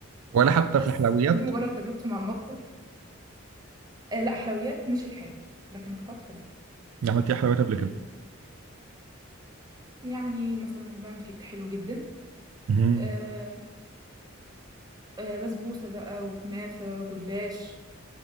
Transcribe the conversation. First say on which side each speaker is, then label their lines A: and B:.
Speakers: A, on the right; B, on the right.
A: ولا حتى
B: بس
A: في الحلويات
B: دي مجرد تجربتي مع المطبخ آه لا حلويات مش الحال لكن كطبخ لا
A: أنا عملت ايه حلويات قبل كده
B: يعني مثلا بعمل كيك حلو جدا
A: مهم.
B: آه آه بسبوسه بقى وكنافه جلاش